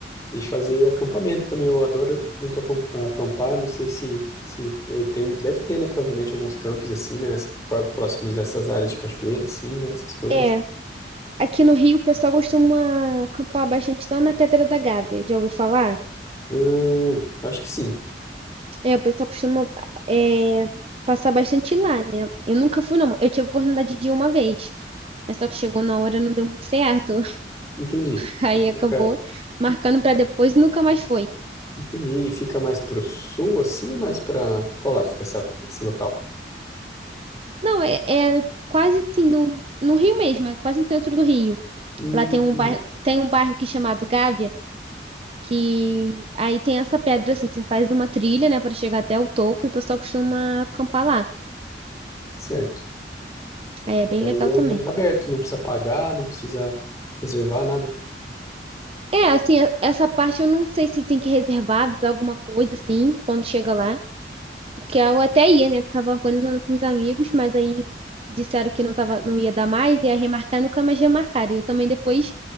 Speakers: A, on the left (about 20°); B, on the right (about 30°).
A: E fazer acampamento também. Eu adoro muito acom- acampar. Não sei se, se eh, tem. Deve ter, né? Provavelmente alguns campos assim, né? nessa- pró- próximos dessas áreas de cachoeira, assim, né? Essas coisas.
B: É, aqui no Rio o pessoal costuma acampar bastante lá na Pedra da Gávea, já ouviu falar?
A: Hum, acho que sim,
B: É, o pessoal costuma é, passar bastante lá, né? Eu nunca fui, não. Eu tive a oportunidade de ir uma vez, mas só que chegou na hora não deu muito certo.
A: entendi.
B: <laughs> Aí
A: E
B: acabou
A: fica,
B: marcando pra depois e nunca mais foi.
A: entendi. E fica mais pro sul, assim, ou mais pra, pra qual lado fica essa, esse local?
B: Não, é, é quase assim, no, no Rio mesmo, é quase no centro do Rio.
A: Hum,
B: Lá tem
A: entendi.
B: um bairro, tem um bairro que é chamado Gávea, que aí tem essa pedra assim, você faz uma trilha, né, para chegar até o topo e o pessoal costuma acampar lá.
A: Certo.
B: É
A: Daí
B: bem legal
A: é
B: também.
A: aberto, não precisa pagar, não precisa reservar nada.
B: É, assim, a- essa parte eu não sei se tem que reservar, avisar alguma coisa, assim, quando chega lá. Porque eu até ia, né? Tava organizando com os amigos, mas aí disseram que não tava, não ia dar mais, ia remarcar, nunca mais remarcaram. E eu também depois,